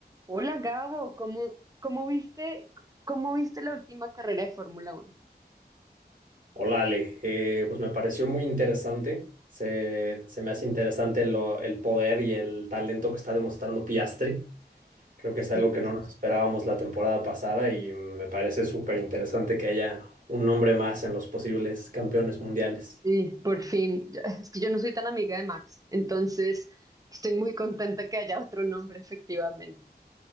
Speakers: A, on the right; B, on the right.
A: Hola Gabo, ¿cómo, cómo viste, cómo viste la última carrera de Fórmula Uno.
B: Hola Ale, Eh, pues me pareció muy interesante, se, se me hace interesante lo- el poder y el talento que está demostrando Piastri, creo que
A: Sí,
B: es algo que no nos esperábamos la temporada pasada y me parece súper interesante que haya un nombre más en los posibles campeones mundiales.
A: sí, por fin. Yo- Es que yo no soy tan amiga de Max, entonces estoy muy contenta que haya otro nombre, efectivamente.